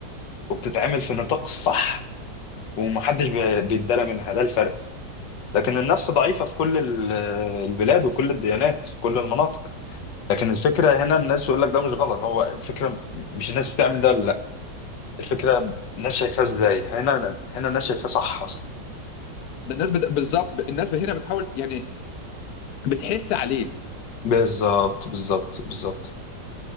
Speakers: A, on the left; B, on the left.
A: وبتتعمل في النطاق الصح ومحدش بي- بيتدلى منها ده الفرق لكن النفس ضعيفة في كل ال- البلاد وكل الديانات كل المناطق لكن الفكرة هنا الناس بيقول لك ده مش غلط هو الفكرة مش الناس بتعمل ده لا الفكرة الناس شايفاه ازاي هنا هنا الناس شايفاه صح اصلا
B: ده الناس بت... بالظبط الناس هنا بتحاول يعني بتحث عليه
A: بالظبط بالظبط بالظبط